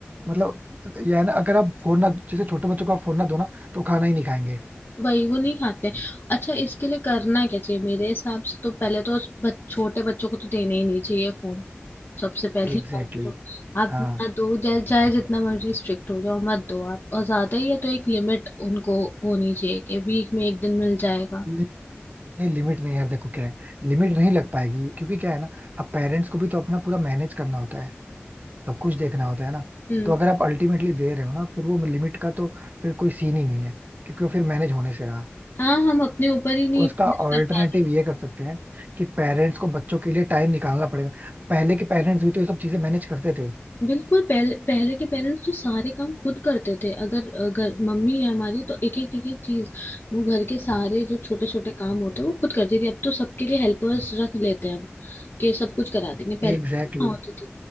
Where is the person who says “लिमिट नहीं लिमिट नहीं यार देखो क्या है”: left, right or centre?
Right